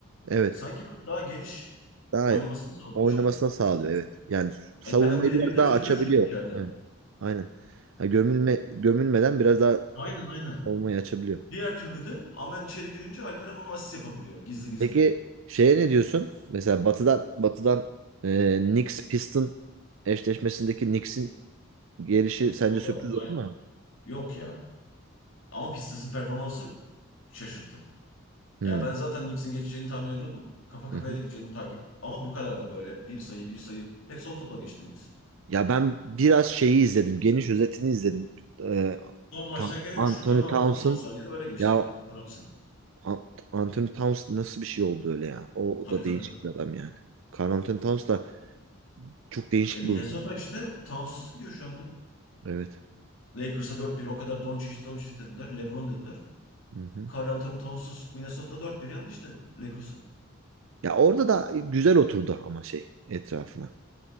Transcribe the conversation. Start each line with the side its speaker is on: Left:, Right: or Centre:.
Right: Evet.
Left: Sanki böyle daha geniş
Right: Daha
Left: oynamasını sağlıyor
Right: oynamasına
Left: şeyin
Right: sağlıyor
Left: üstünün.
Right: evet. Yani
Left: Alperen
Right: savunmayı
Left: birebir
Right: biraz
Left: de
Right: daha
Left: götürüyor
Right: açabiliyor.
Left: çünkü içeride.
Right: Evet, aynen. Ha, gömülme gömülmeden biraz daha
Left: Aynen aynen.
Right: savunmayı açabiliyor.
Left: Diğer türlü de Amen içeri girince Alperen onu asist yapabiliyor gizli gizli.
Right: Peki şeye ne diyorsun? Mesela Batı'dan Batı'dan e, Knicks Piston eşleşmesindeki Knicks'in gelişi sence
Left: O
Right: sürpriz
Left: da
Right: oldu
Left: aynen.
Right: mu?
Left: Yok ya. Ama Pistons'ın performansı şaşırttı.
Right: Hmm.
Left: Ya ben zaten Knicks'in geçeceğini tahmin ediyordum. Kafa kafaya
Right: Hı hı.
Left: da gideceğini takip. Ama bu kadar da böyle hep bir sayı bir sayı. Hep son topla geçti Knicks.
Right: Ya ben biraz şeyi izledim. Geniş özetini izledim. Ee,
Left: Son maçta
Right: Tam-
Left: gene
Right: Anthony
Left: üçlük falan
Right: Townsend
Left: attı. Son saniyede öyle geçti.
Right: ya
Left: Brunson.
Right: An- Anthony Townsend nasıl bir şey oldu öyle ya? O, o
Left: Tabii
Right: da
Left: tabii.
Right: değişik bir adam yani. Karl Anthony Townsend da çok değişik
Left: E Minnesota
Right: bir uzun.
Left: işte Towns'suz gidiyor şu anda.
Right: Evet.
Left: Lakers'a dört bir, O kadar Doncic Doncic dediler. LeBron dediler.
Right: Hı hı.
Left: Karl Anthony Towns'suz Minnesota dört bir yendi işte Lakers'a.
Right: Ya orada da güzel oturdu ama şey etrafına.